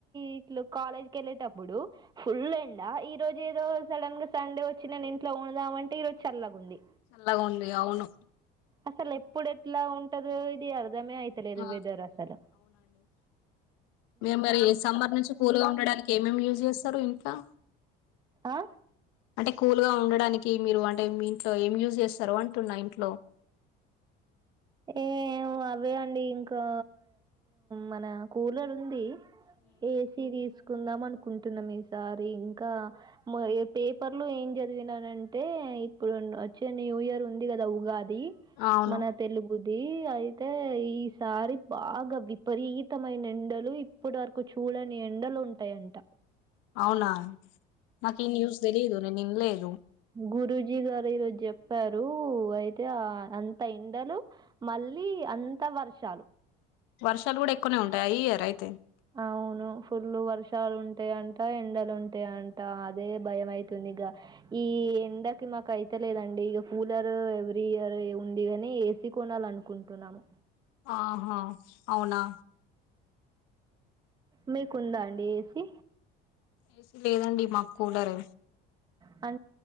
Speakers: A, on the right; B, on the left.
A: ఇ కాలజ్కిెళ్లేట్ అప్పుడు ఫుల్ ఎండా ఈ రోజు ఏదో సడన్ గా సండే వచ్చి నేను ఇంట్లో ఉడుదామంటే ఈ రోజు చల్లగా ఉంది
B: అల్లగా ఉంది అవును
A: అసలు ఎప్పుడు ఎట్లా ఉంటదు ఇది అర్ మే అవుతలే అదు
B: ఆ,
A: వదర్సలు
B: మరు మరి సమ్బర్ నుంచి కూల్గా ఉండడానికి ఏమేమి యూజ్ చేస్తారు ఇంట్లా
A: ఆ
B: అంటే కూల్ గా ఉండడానికి మీరు అంటే మీ ఇంట్లో ఏమి యూజ్ చేస్తారు అంటున్న ఇంట్లో
A: ఏ అవే అండి ఇంకా మన కూలర్ ఉంది ఏసీ తీసుకు కుందాం అనుకుంటున్నాం ఈసారి ఇంకా పేపర్లు ఏం చదివినానంటే ఇప్పుడు వచ్చే న్యూ ఇయర్ ఉంది కదా ఉగాది
B: అవును
A: మన తెలుగుదియి అతే ఈసారి బాగా విపరీతమైన ఎండలు ఇప్పటి వరకు చూడని ఎండలు ఉంటాయంట
B: అవునా నాక ఈ న్యూస్ తెలియదు నేను నిన్లేదు
A: గురూజీ గారు ఈరోజు చెప్పారు అయితే ఆ అంత ఎండలు మళ్ళీ అంత వర్షాలు
B: వర్షాలు కూడా ఎక్కువనే ఉంటాయి ఈ ఇయర్ అయితే
A: అవును ఫుల్లు వర్షాలు ఉంటాయంట ఎండలుంటాయ అంట అదే భయం అయితుంది ఇ ఈ ఎందక మాకు అయితలేదండి ఇక కూలర్ ఎవ్రీ ఇయర్ ఉంది ని ఏసి కొనాల అనుకుంటున్నాము
B: ఆహా అవునా
A: మీకుందా అండి ఏసి
B: ఏసీ లేదండి మాకు కూలర్
A: అ